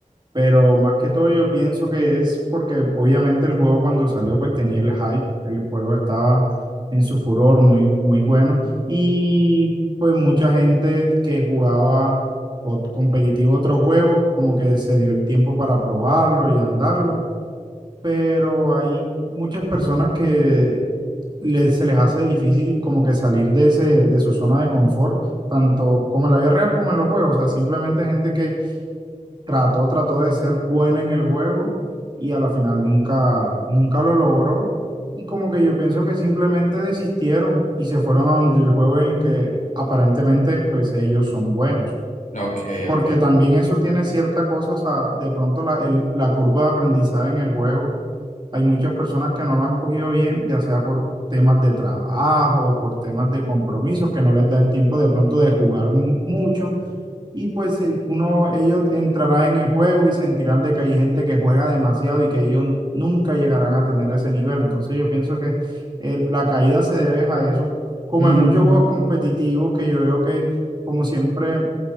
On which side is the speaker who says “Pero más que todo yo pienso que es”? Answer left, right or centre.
Right